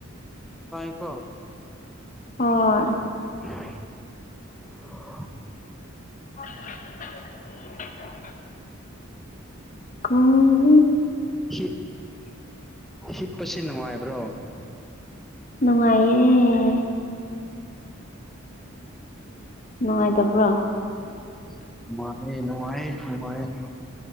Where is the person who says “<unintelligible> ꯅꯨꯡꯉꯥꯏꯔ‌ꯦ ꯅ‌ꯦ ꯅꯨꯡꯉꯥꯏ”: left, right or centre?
Centre